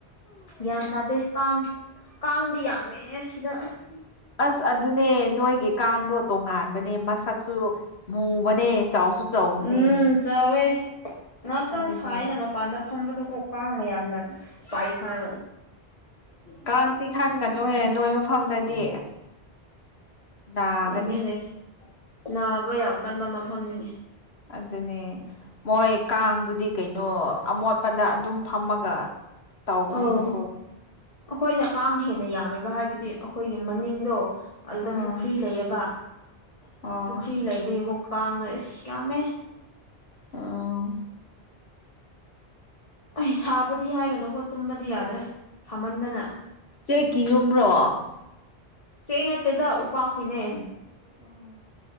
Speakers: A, on the left; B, on the left.
A: ꯒ꯭ꯌꯥꯟ ꯇꯥꯗꯦ ꯀꯥꯡ ꯀꯥꯡꯗꯤ ꯌꯥꯝꯃꯦ ꯁꯤꯗ ꯑꯁ
B: ꯑꯁ ꯑꯗꯨꯅꯦ ꯅꯣꯏꯒꯤ ꯀꯥꯡꯗꯣ ꯇꯣꯉꯥꯟꯕꯅꯦ ꯃꯁꯛꯁꯨ ꯃꯨꯕꯅꯦ ꯆꯥꯎꯁꯨ ꯆꯥꯎꯕꯅꯦ
A: ꯎꯝ ꯆꯥꯎꯋꯦ ꯉꯍꯥꯛꯇꯪ
B: ꯑꯗꯨꯅꯦ
A: ꯁꯥꯏꯅ ꯃꯄꯥꯟꯗ ꯐꯝꯕꯗꯨꯣ ꯀꯣꯛ ꯀꯥꯡꯕ ꯌꯥꯝꯅ ꯄꯥꯏ ꯐꯅꯕ
B: ꯀꯥꯡꯁꯤ ꯈꯟꯒꯅꯨꯍꯦ ꯅꯣꯏ ꯃꯐꯝꯗꯗꯤ ꯅꯥꯒꯅꯤ
A: ꯆꯨꯝꯃꯦ ꯂꯩ ꯅꯥꯕ ꯌꯥꯝ ꯀꯟꯕ ꯃꯐꯝꯅꯤꯅꯦ
B: ꯑꯗꯨꯅꯦ ꯃꯣꯏ ꯀꯥꯡꯗꯨꯗꯤ ꯀꯩꯅꯣ ꯑꯃꯣꯠꯄꯗ ꯑꯗꯨꯝ ꯐꯝꯃꯒ ꯇꯧꯕꯅꯤꯅꯀꯣ
A: ꯑꯧ ꯑꯩꯈꯣꯏꯅ ꯀꯥꯡ ꯍꯦꯟꯅ ꯌꯥꯝꯃꯦꯕ ꯍꯥꯏꯕꯗꯤ ꯑꯩꯈꯣꯏꯒꯤ ꯃꯅꯤꯡꯗꯣ ꯑꯗꯨꯗ
B: ꯑꯥ
A: ꯄꯨꯈ꯭ꯔꯤ ꯂꯩꯌꯦꯕ
B: ꯑꯣ
A: ꯄꯨꯈ꯭ꯔꯤ ꯂꯩꯕꯤꯔꯤꯕ ꯀꯥꯡꯗꯣ ꯑꯦ ꯌꯥꯝꯃꯦ
B: ꯑꯥ
A: ꯑꯩ ꯁꯥꯕꯗꯤ ꯍꯥꯏꯒꯅꯨꯀꯣ ꯇꯨꯝꯕꯗꯤ ꯌꯥꯗ꯭ꯔꯦ ꯁꯥꯃꯟꯗꯅ
B: ꯆꯦ ꯀꯤ ꯌꯨꯝ꯭ꯔꯣ
A: ꯆ ꯆꯩꯅꯠꯇꯗ ꯎꯄꯥꯥꯀꯤꯅꯦ
B: ꯑꯣ